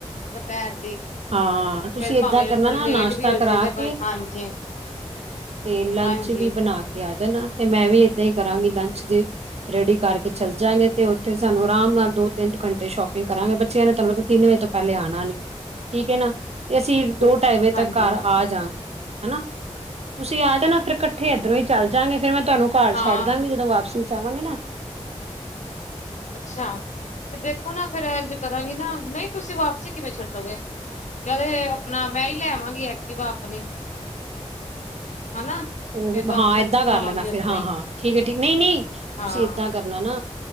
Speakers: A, on the left; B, on the right.
A: ਦੁਪਹਿਰ ਦੀ,
B: ਹਾਂ ਤੁਸੀਂ
A: ਫੇਰ ਭਾਵੇਂ
B: ਏਦਾਂ ਕਰਨਾ
A: ਥੋੜੀ
B: ਨਾ
A: ਲੇਟ
B: ਨਾਸ਼ਤਾ
A: ਵੀ ਹੋ ਜਾਈਏ
B: ਕਰਾ
A: ਤੇ ਕੋਈ
B: ਕੇ
A: ਹਾਂਜੀ
B: ਤੇ ਲੰਚ
A: ਹਾਂਜੀ
B: ਵੀ ਬਣਾ ਕੇ ਆ ਜਾਣਾ, ਤੇ ਮੈਂ ਵੀ ਏਦਾਂ ਹੀ ਕਰਾਂਗੀ ਲੰਚ ਦੀ ਰੈਡੀ ਕਰਕੇ ਚੱਲ ਜਾਂਗੇ, ਤੇ ਉੱਥੇ ਸਾਨੂੰ ਆਰਾਮ ਨਾਲ ਦੋ ਤਿੰਨ ਘੰਟੇ ਸ਼ੋਪਿੰਗ ਕਰਾਂਗੇ, ਬੱਚਿਆਂ ਨੇ ਤੁਹਾਨੂੰ ਪਤਾ ਤਿੰਨ ਵਜੇ ਤੱਕ <inaudible> ਪਹਿਲੇ ਆਣਾ ਨੀਂ ਠੀਕ ਹੈ, ਨਾ ਤੇ ਅਸੀਂ
A: ਬਿਲਕੁਲ
B: ਦੋ ਢਾਈ ਵਜੇ
A: ਹਾਂਜੀ
B: ਤੱਕ ਘਰ ਆ ਜਾਗੇ। ਹਨਾ, ਤੁਸੀਂ ਆ ਜਾਣਾ ਫਿਰ ਇਕੱਠੇ ਇਧਰੋਂ ਹੀ ਚੱਲ ਜਾਂਗੇ। ਫੇਰ ਮੈਂ ਤੁਹਾਨੂੰ ਘਰ
A: ਹਾਂ
B: ਛੱਡ ਦਾਂਗੀ, ਜਦੋਂ ਵਾਪਸੀ ਚ ਆਵਾਂਗੀ ਨਾ।
A: ਅੱਛਾ ਤੇ ਦੇਖੋ, ਨਾ ਫਿਰ ਅਰੇਂਜ ਕਰਾਂਗੀ, ਨਾ ਨਹੀਂ ਤੁਸੀਂ ਵਾਪਸੀ ਕਿਵੇਂ ਛੱਡੋਗੇ। ਕ ਆਪਣਾ ਮੈਂ ਹੀ ਲੈ ਆਵਾਂਗੀ, ਐਕਟਿਵਾ ਆਪਣੀ ਹਨਾ।
B: ਉਹ
A: ਫੇਰ ਤੁਹਾਨੂੰ
B: ਹਾਂ
A: ਛੱਡਦੀ
B: ਏਦਾਂ ਕਰ
A: ਆਵਾਂਗੀ
B: ਲੈਣਾ ਫੇਰ
A: ਉੱਧਰੋਂ
B: ਹਾਂ-ਹਾਂ
A: ਹੀ
B: ਠੀਕ ਹੈ, ਠੀਕ ਨਹੀਂ ਨਹੀਂ ਤੁਸੀਂ
A: ਹਾਂ
B: ਏਦਾਂ ਕਰ ਨਾ